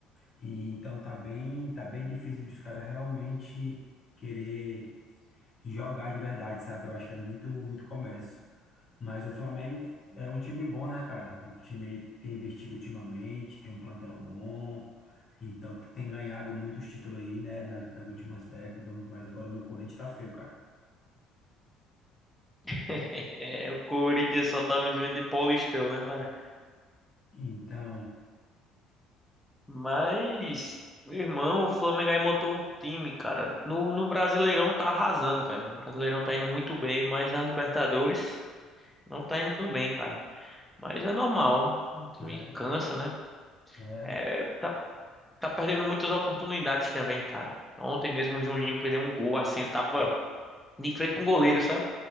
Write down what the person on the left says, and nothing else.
E então tá bem, tá bem difícil de os caras realmente querer jogar de verdade, sabe? Eu acho que é muito, muito comércio. Mas o Flamengo é um time bom, né, cara? O time aí tem investido ultimamente, tem um plantel bom, então tem ganhado muitos títulos aí, né, nas, nas últimas décadas, mas agora o meu Corinthians tá feio, cara.
Então,
é,
é,